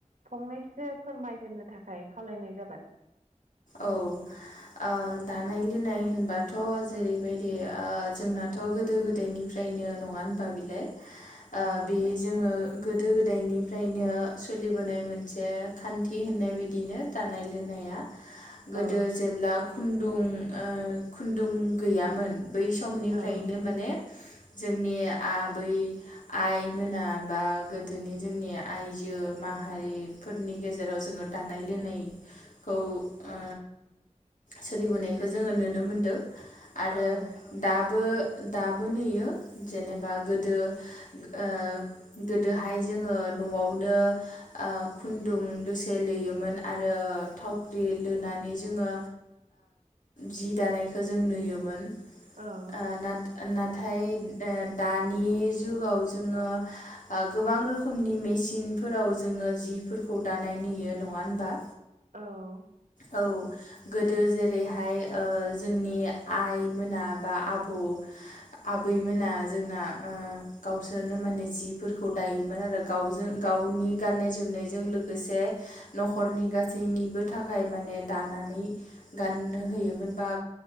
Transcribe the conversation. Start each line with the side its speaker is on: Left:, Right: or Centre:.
Right: फंनैसो फोरमायगोरनो थाखाय खावलायनाय जाबाय।
Left: औ। ओ दानाय लुनाय होनबाथ' जेरैबायदि ओ जोंनाथ' गोदो गोदायनिफ्राय नङा होनबा बिलाय ओ
Right: औ
Left: बे जोङो गोदो गोदायनिफ्रायनो सोलिबोनाय मोनसे खान्थि होननाय बायदिनो दानाय लुनाया गोदो
Right: औ
Left: जेब्ला खुन्दुं ओ खुन्दुं गैयामोन बै समाव। समनिफ्रायनो
Right: औ
Left: माने
Right: <inaudible>
Left: जोंनि आबै आइ मोना बा गोदोनि जोंनि आइजो मा माहारिफोरनि गेजेराव जोङो दानाय लुनायखौ ओ सोलिबोनायखौ जोङो नुनो मोनदों आरो
Right: औ
Left: दाबो दाबो नुयो जेनेबा गोदो ओ गोदोहाय जोङो न'वावनो ओ खुन्दुं लुसे लुयोमोन आरो थाव लुनानै जोङो जि ओ दानायखौ जों नुयोमोन।
Right: औ
Left: ओ नाथाय ओ दानि जुगाव जोङो गोबां रोखोमनि मेचिनफोराव जोङो जिफोरखौ दानाय नुयो नङा होनबा
Right: औ
Left: औ गोदो जेरैहाय ओ जोंनि आइमोना बा आब' आबैमोना जोंना ओ गावसोरनो माने जिफोरखौ दायोमोन आरो गावजों गाव नि गाननाय जोमनायजों लोगोसे नख'रनि गासैनिबो थाखाय माने दानानै गाननो होयोमोन बा